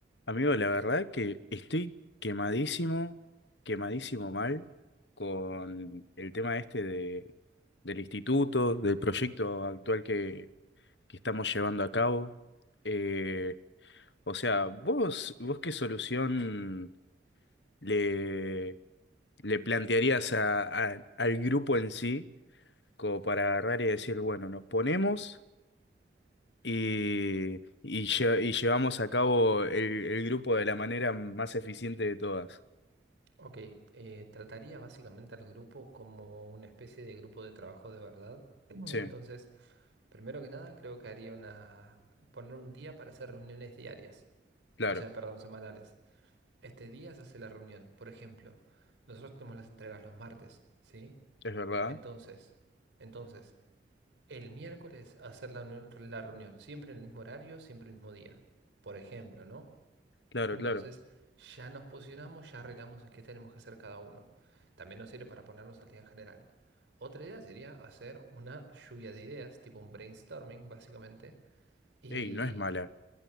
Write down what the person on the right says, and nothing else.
Ok, eh, trataría básicamente al grupo como una especie de grupo de trabajo de verdad. <laughs> <clears throat> Entonces,
primero que nada, creo que haría una... poner un día para hacer reuniones diarias,
o sea, perdón, semanales. Este día se hace la reunión. Por ejemplo, nosotros tenemos las entregas los martes, ¿sí?
Entonces, entonces, el miércoles hacer la, nu- la reunión, siempre en el mismo horario, siempre el mismo día. Por ejemplo, ¿no?
Entonces,
ya nos posicionamos, ya arreglamos en qué tenemos que hacer cada uno. También nos sirve para ponernos al día en general. Otra idea sería hacer una lluvia de ideas, tipo un brainstorming, básicamente, y,